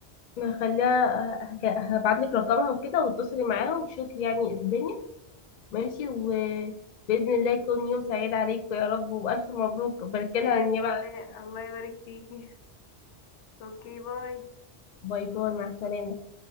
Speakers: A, on the left; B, on the left.
A: هخليها هبعت لك رقمها وكده واتصلي معاها وشوفي يعني الدنيا ماشي وبإذن الله يكون يوم سعيد عليكم يا رب وألف مبروك بارك
B: بإذن
A: لها النيابة عني
B: الله الله يبارك فيكي اوكي باي
A: باي باي مع السلامة